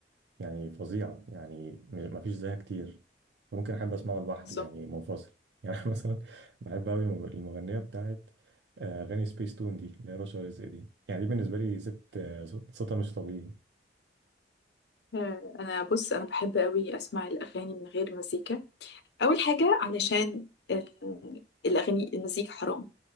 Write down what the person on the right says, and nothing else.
يعني فظيعة يعني م- مفيش زيها كتير فممكن أحب أسمعه لوحده
يعني منفصل <laughs> يعني أنا مثلا بحب أوي المغ- المغنية بتاعت آه، أغاني سبيس تون دي اللي هي رشا رزق دي يعني دي بالنسبة لي ست آه، صوت- صوتها مش طبيعي